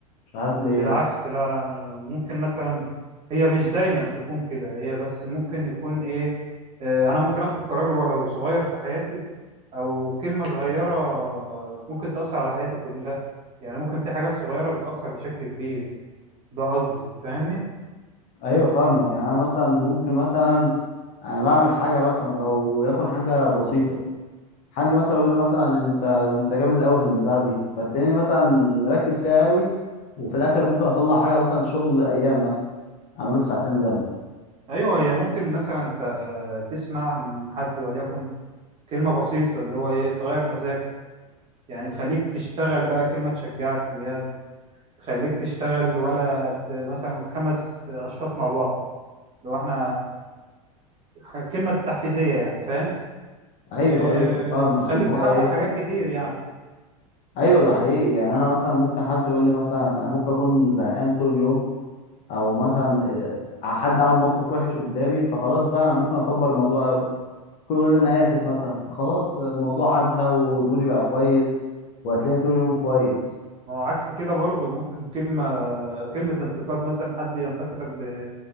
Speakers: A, on the left; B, on the right.
A: مش عارف ليه
B: بالعكس
A: يعني
B: لا لا أنا ممكن مثلا هي مش دايما تكون كده هي بس ممكن يكون ايه آه، انا ممكن اخد قرار ولو صغير في حياتي او كلمة صغيرة ممكن تأثر على حياتي كلها يعني ممكن في حاجات صغيرة بتأثر بشكل كبير ده قصدي فاهمني
A: ايوه فاهمك يعني انا مثلا ممكن مثلا انا بعمل حاجه مثلا ولو يكون حاجه بسيطه حد مثلا يقول لي مثلا انت انت جامد قوي في البتاع دي فتلاقيني مثلا مركز فيها قوي وفي الاخر ممكن اطلع حاجه مثلا شغل ايام مثلا اعمله في ساعتين زمن
B: ايوه هي ممكن مثلا انت تسمع من حد وليكن كلمة بسيطة اللي هو ايه تغير مزاجك يعني تخليك تشتغل بقى كلمة تشجعك اللي هي تخليك تشتغل ولا قد مثلا خمس اشخاص مع بعض لو احنا آه، كلمة تحفيزية يعني فاهم
A: ايوه
B: إيه
A: ايوه فاهمك
B: وتخليك
A: اللي هو
B: تحقق
A: ايه
B: حاجات كتير يعني
A: ايوه ده حقيقي يعني انا مثلا ممكن حد يقول لي مثلا أنا ممكن اكون زهقان طول اليوم او مثلا آه، حد عمل موقف وحش قدامي فخلاص بقى انا ممكن اكبر الموضوع قوي ممكن يقول لي انا اسف مثلا فخلاص الموضوع عدى ومودي بقى كويس وهتلاقيني طول اليوم كويس
B: ما هو عكس كده برضه ممكن كلمة كلمة انتقاد مثلا حد ينتقدك ب...